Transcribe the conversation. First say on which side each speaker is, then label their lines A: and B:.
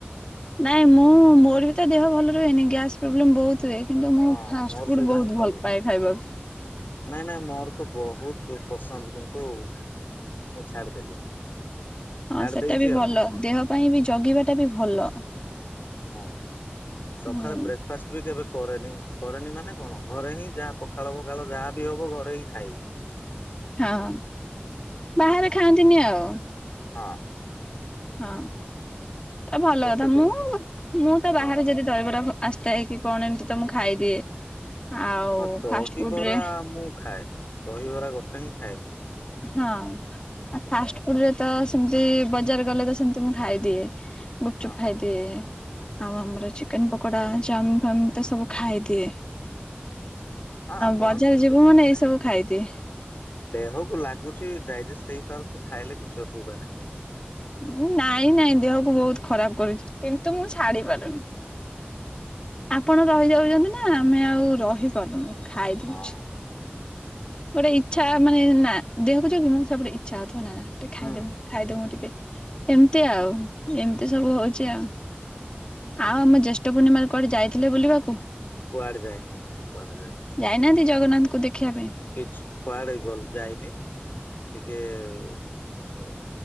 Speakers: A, on the left; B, on the left.
A: ନାଇଁ ମୁଁ ମୋର ବି ତ ଦେହ ଭଲ ରୁହେନି ଗ୍ୟାସ ପ୍ରୋବ୍ଲେମ ବହୁ ତ ହୁଏ କିନ୍ତୁ ମୁଁ
B: ହଁ
A: ଫାଷ୍ଟ
B: ମୋର
A: ଫୁଡ
B: ସେଇଟା
A: ବହୁତ
B: ହିଁ ପ୍ରୋବ୍ଲେମ।
A: ଭଲ ପାଏ ଖାଇବାକୁ।
B: ନାଇଁ ନାଇଁ ମୋର ତ ବହୁତ ପସନ୍ଦ କିନ୍ତୁ ମୁଁ ଛାଡିଦେଲି।
A: ହଁ
B: ଛାଡି
A: ସେଟା
B: ଦେଇଛି
A: ବି
B: ଆଉ
A: ଭଲ ଦେହ ପାଇଁ ବି ଜଗିବା ଟା ବି ଭଲ।
B: ହଁ ସଖାଳେ
A: ହୁଁ
B: ବ୍ରେକଫାଷ୍ଟ ବି କେବେ କରେନି। କରେନି ମାନେ କଣ ଘରେ ହିଁ ଯାହା ପଖାଳ ଫଖାଳ ଯାହା ବି ହବ ଘରେ ହିଁ ଖାଇବି।
A: ହଁ ବାହାରେ ଖାଆନ୍ତିନି ଆଉ।
B: ହଁ
A: ହଁ ଏ ଭଲ
B: ଗୋଟେ
A: କଥା ମୁଁ
B: ଦିନ
A: ମୁଁ ତ ବାହାରେ
B: ହଁ
A: ଯଦି ଦହିବରା ଫ ଆସିଥାଏ କି କଣ ଏମିତି ତ ମୁଁ ଖାଇଦିଏ। ଆଉ
B: ହଁ ଦହିବରା
A: ଫାଷ୍ଟ ଫୁଡ ରେ
B: ମୁଁ ଖାଏ। ଦହିବରା ଗୋଟେ ହିଁ ଖାଏ ମୁଁ।
A: ହଁ ଆଉ ଫାଷ୍ଟ ଫୁଡ ରେ ତ ସେମତି ବଜାର ଗଲେ ତ ସେମତି ମୁଁ ଖାଇଦିଏ। ଗୁପଚୁପ
B: ହଁ
A: ଖାଇଦିଏ
B: ହଁ
A: ଆଉ ଆମର ଚିକେନ ପକୋଡା ଚାଓମିନ ଫାଓମିନ। ଏତେ ସବୁ ଖାଇଦିଏ।
B: ହଁ ଆପଣ
A: ବଜାର
B: ଯଦି
A: ଯିବୁ ମାନେ ଏଇ
B: ଏଁ
A: ସବୁ ଖାଇଦିଏ।
B: ଦେହକୁ ଲାଗୁ ଚି ଡାଇଜେଷ୍ଟ ହେଇପାରୁଚି ଖାଇଲେ କିଛି ଅସୁବିଧା ନାହିଁ।
A: ଉଁ ନାଇଁ ନାଇଁ ଦେହକୁ ବହୁତ ଖରାପ କରୁଚି କିନ୍ତୁ ମୁଁ ଛାଡି ପାରୁନି। ଆପଣ ରହିଯାଉଚନ୍ତି ନା ଆମେ ଆଉ ରହିପାରୁନୁ ଖାଇଦଉଛୁ।
B: ହଁ
A: ଗୋଟେ ଇଚ୍ଛା ମାନେ ନା ଦେହକୁ ଜଗି ମୁଁ ସବୁଠି ଇଚ୍ଛା ଅ <unintelligible> ନା ନା ଟିକେ ଖାଇଦେମି
B: ହୁଁ ହୁଁ
A: ଖାଇଦମୁ ଟିକେ। ଏମତି ଆଉ ଏମତି ସବୁ ହଉଛି ଆଉ। ଆଉ ଆମ ଜ୍ୟେଷ୍ଠ ପୂର୍ଣ୍ଣିମାରେ କୁଆଡେ ଯାଇଥିଲେ ବୁଲିବାକୁ?
B: କୁଆଡେ ଯାଇନି କୁଆଡେ ଯାଇନି
A: ଯାଇନାହାନ୍ତି ଜଗନ୍ନାଥଙ୍କୁ ଦେଖିଆ ପାଇଁ?
B: କିଛି କୁଆଡେ ଗଲ ଯାଇନି ଟିକେ ଉ ଅ